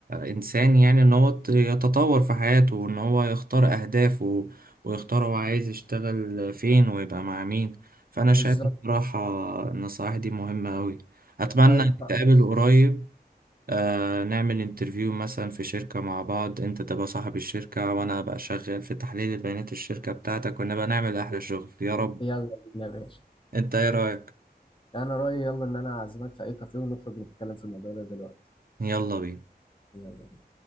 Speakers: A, on the right; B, on the left.
A: إنسان يعني إن هو ت- يتطور في حياته وإن هو يختار أهدافه ويختار هو عايز يشتغل فين ويبقى مع مين فأنا شايف
B: بالظبط
A: بصراحة النصائح دي مهمة أوي أتمنى
B: طيب
A: نتقابل
B: خلاص
A: قريب آه نعمل انترفيو مثلا في شركة مع بعض أنت تبقى صاحب الشركة وأنا أبقى شغال في تحليل البيانات الشركة بتاعتك ونبقى نعمل أحلى شغل يا رب
B: يلا بينا يا باشا
A: أنت إيه رأيك؟
B: أنا رأيي يلا إن أنا أعزمك في أي كافيه ونخرج نتكلم في الموضوع ده دلوقتي
A: يلا بينا
B: يلا